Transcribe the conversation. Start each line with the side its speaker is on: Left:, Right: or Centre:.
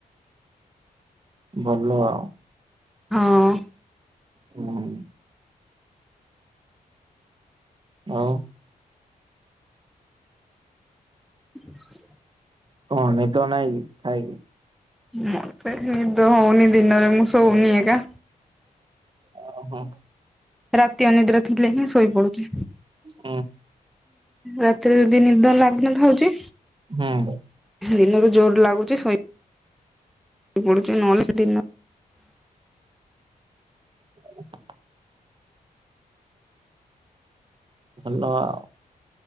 Right: ଭଲ ଆଉ।
Centre: ହଁ।
Right: ହୁଁ। ହଉ।
Centre: <inaudible>
Right: ହଁ ନିଦ ନାହିଁ କି ଥାାଇ କିି?
Centre: ମତେ ନିଦ ହଉନି ଦିନରେ ମୁଁ ଶଉନି ଏକା।
Right: ହ ହୋ।
Centre: ରାତି ଅନିଦ୍ରା ଥିଲେ ହିଁ ଶୋଇପଡୁଚି।
Right: ହୁଁ
Centre: ରାତି ଏତ ଯଦି ନିଦ ଲାଗ୍ିନଥାଉଛି
Right: ହୁଁ
Centre: ଦିନରେ ଜୋର ଲାଗୁଛି ଶୋ ପଡୁଛି ନହେଲେ ଦି
Right: <inaudible> ଭଲ ଆଉ।